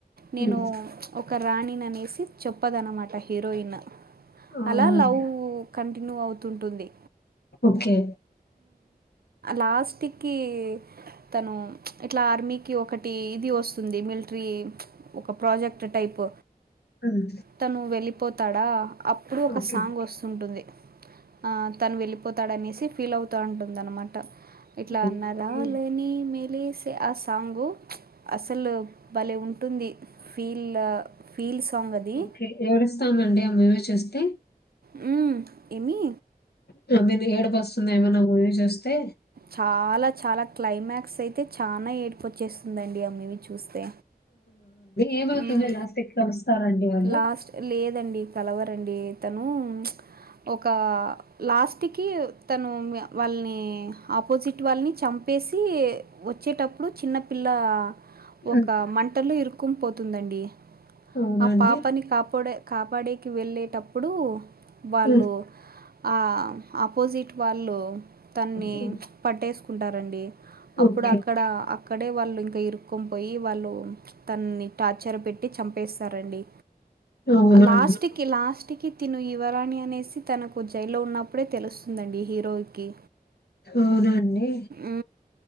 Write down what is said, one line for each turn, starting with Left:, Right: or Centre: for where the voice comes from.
Right: నేను
Left: హ్మ్.
Right: ఒక రాణినినేసి చెప్పదన్ మాట హీరోయిన్
Left: అవునండి.
Right: అలా లవ్ కంట్ రిన్ అవుతుంటుంది.
Left: ఓకే
Right: లాస్ట్ కి తను ఇట్లా ఆర్మీ కి ఒక టీ ఇది వస్తుంది మిల్ట్రీ ఒక ప్రాజెక్ట్ టైప్
Left: హ్మ్.
Right: తను వెళ్ళిపోత్ అక్కడ అప్పుడు ఒక
Left: ఓకే.
Right: సాంగ్ వస్తుంటుంది ఆ తను వెళ్ళి పోతాడనేసి ఫీల్ అవుతా ఉంటుంది అనమాట ఇట్ల
Left: అవునండి.
Right: నరాలనీ మెలెసీ తె అస సాంగు అసలు బలే ఉంటుంది. ఫీల్ ఫీల్ సాంగ్ అది
Left: కే ఏడుస్తామండి ఆ మూవి చేస్తే
Right: హ్మ్ ఏమి
Left: తొమ్మిది ఏడుపు వస్తుందేమో నాకు మూవీ చూస్ తే
Right: చాలా చాలా క్లైమాక్స్ అయితే చానా ఏడ్ప్ వచ్చేస్తుందండి ఆ మివీ చూస్తే.
Left: ఏమవుతది
Right: మ్మ్.
Left: లాస్ట్ కి కలుస్తారండి వాళ్ళు.
Right: లాస్ట్ లేదండి కలవరండి తను ఒక లాస్ ట్ కీ తను వాళ్ని ఏ అపోజిట్ వాళ్ళని చంపేసి వచ్చేటప్పుడు చిన్నపిల్ల
Left: హ్మ్.
Right: ఒక మంటల్లో ఇరుక్ క్కున్ పోతుందండి
Left: అవునండి.
Right: ఆ పాపని కాపొడే కాపాడేకి వెళ్ళేటప్పుడు వాళ్ళు
Left: హ్మ్.
Right: ఆ ఆపోజిట్ వాళ్ళు తన్ని
Left: హ్మ్.
Right: పట్టేస్ ఉంటారండి అప్పుడు
Left: ఓకే.
Right: అక్కడ అక్కడే వాళ్ ఇంకా ఇరుక్కొ పోయి వాళ్ళు తన్ని టార్చర్ పెట్టి చంపేస్తారండి
Left: అవునా
Right: లాస్ట్
Left: అండి.
Right: కి లాస్ట్ కి తిను ఇవరాణి అనేసి తనక్ జైల్లో ఉన్నప్పుడే తెలుస్తుందండి హిరోకి
Left: అవునండి.
Right: ఉ